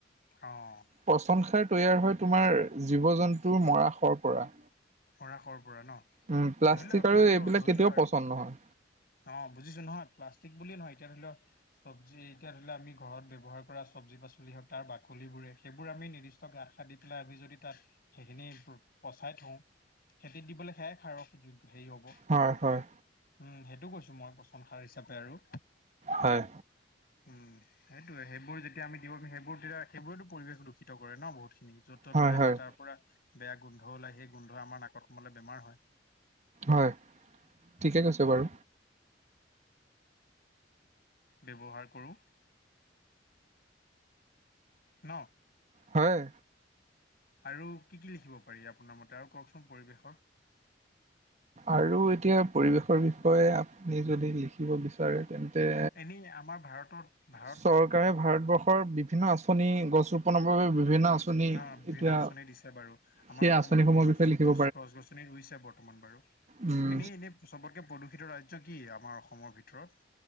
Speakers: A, on the left; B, on the right.
A: অ',
B: পচন সাৰ তৈয়াৰ হয় তোমাৰ জীৱ-জন্তুৰ মৰাশৰ পৰা।
A: মৰাশৰ পৰা ন,
B: উম, প্লাষ্টিক
A: ধৰিলোৱা,
B: আৰু
A: ধৰিলোঁ
B: এইবিলাক
A: ধৰিলোঁ
B: কেতিয়াও
A: আৰু
B: পচন্দ নহয়।
A: অ', বুজিছোঁ নহয়। প্লাষ্টিবোলিয়ে নহয় এতিয়া ধৰি লওঁ চব্জি, এতিয়া ধৰি লোৱা আমি ঘৰত ব্যৱহাৰ কৰা চব্জি পাচলি হওঁক, তাৰ বাকলিবোৰে সেইবোৰ আমি নিৰ্দিষ্ট গাত খান্দি পেলাই আমি যদি তাত সেইখিনি পচাই থওঁ খেতিত দিবলৈ সেয়াই খাৰৰ য হেৰি হ'ব
B: হয় হয়।
A: উম্, সেইটো কৈছোঁ মই, পচন সাৰ হিচাপে আৰু
B: হয়।
A: উম্ সেইটোয়ে, সেইবোৰ যেতিয়া আমি দিব পাৰিম। সেইবোৰে তেতিয়া সেইবোৰটো পৰিৱেশ দূষিত কৰে ন বহুতখিনি য'ত ত
B: হয়,
A: পেলাই
B: হয়,
A: দিলে তাৰ পৰা বেয়া গোন্ধ ওলায়, সেই গোন্ধ আমাৰ নাকত সোমালে বেমাৰ হয়্
B: হয়, ঠিকে কৈছে বাৰু
A: ব্যৱহাৰ কৰোঁ। ন।
B: হয়।
A: আৰু কি কি লিখিব পাৰি আপোনাৰ মতে, আৰু কওঁকচোন পৰিৱেশৰ
B: আৰু এতিয়া পৰিৱেশৰ বিষয়ে আপুনি যদি লিখিব বিচাৰে তেন্তে
A: এনেই আমাৰ ভাৰতত ভ
B: চৰকাৰে ভাৰতবৰ্ষৰ বিভিন্ন আঁচনি, গছ ৰোপনৰ বাবে বিভিন্ন আঁচনি
A: অ', বিভিন্ন
B: এতিয়া
A: আঁচনি দিছে বাৰু আমাৰ
B: সেই
A: অসমতো
B: আঁচনিসমূহৰ
A: বহুত
B: বিষয়ে লিখিব
A: গছ, গছ-গছনি ৰুইছে। বৰ্তমান বাৰু
B: উম্।
A: এনেই, এনেই চবতকৈ প্ৰদূষিত ৰাজ্য কি আমাৰ অসমৰ ভিতৰত